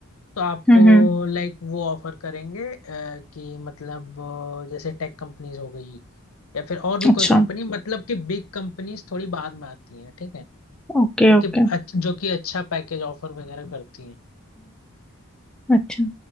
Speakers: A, on the left (about 85°); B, in the centre.
A: तो आपको
B: हम्म हम्म
A: लाइक वो ऑफर करेंगे अ, कि मतलब अ, जैसे टेक कंपनीज हो गई या फिर और भी
B: अच्छा
A: कोई कंपनी मतलब कि बिग कंपनीज थोड़ी बाद में आती हैं ठीक है
B: ओके
A: तो कि
B: ओके
A: अच्छ- जो कि अच्छा पैकेज ऑफर वगैरह करती हैं
B: अच्छा